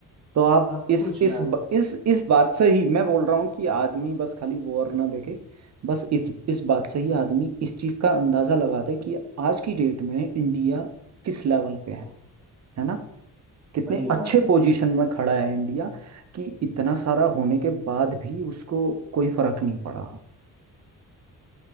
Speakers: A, on the right; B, in the centre.
A: तो आप
B: सब
A: इस
B: कुछ
A: इस
B: यार
A: ब- इस इस बात से ही मैं बोल रहा हूँ कि आदमी बस खाली वॉर ना देखे बस इस इस बात से ही आदमी इस चीज का अंदाजा लगा दे कि आज की डेट में इंडिया किस लेवल पे है
B: वो
A: है ना कितने
B: वही
A: अच्छे
B: बात है
A: पोजीशन में खड़ा है इंडिया कि इतना सारा होने के बाद भी उसको कोई फर्क नहीं पड़ा